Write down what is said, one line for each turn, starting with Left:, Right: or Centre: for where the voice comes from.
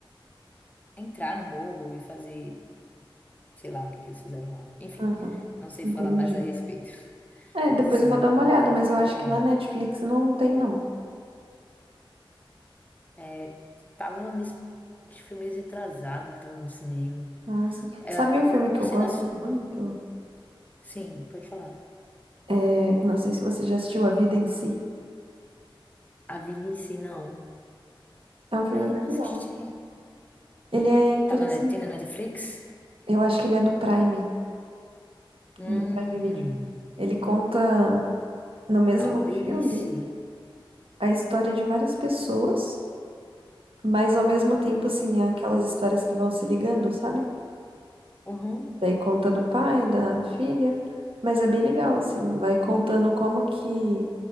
Left: entrar no morro e fazer, sei lá, o que que eles fizeram lá. Enfim,
Right: Aham.
Left: não sei
Right: Entendi.
Left: falar mais a respeito. <laughs>
Right: É, depois
Left: Mas assim,
Right: eu
Left: em
Right: vou dar uma olhada,
Left: em tese
Right: mas
Left: o filme
Right: eu acho
Left: é bom.
Right: que na Netflix não tem, não.
Left: É, tava me, acho que foi meio retrasado que tava no cinema.
Right: Ah, sim.
Left: É,
Right: Sabe um filme
Left: por
Right: que eu
Left: ser
Right: gosto
Left: nacional.
Right: muito?
Left: Sim, pode falar.
Right: É, não sei se você já assistiu A Vida em Si.
Left: A vida em si, não.
Right: É um filme
Left: Aí
Right: bem
Left: não
Right: legal.
Left: assisti.
Right: Ele é interessante.
Left: Tá na, tem na Netflix?
Right: Eu acho que ele é do Prime,
Left: Hum,
Right: do Prime Video. Ele conta no mesmo
Left: a vida
Right: filme
Left: em si.
Right: a história de várias pessoas. Mas ao mesmo tempo, assim, é aquelas histórias que vão se ligando, sabe?
Left: Uhum,
Right: Daí conta do pai, da filha. Mas é bem legal, assim, vai contando como que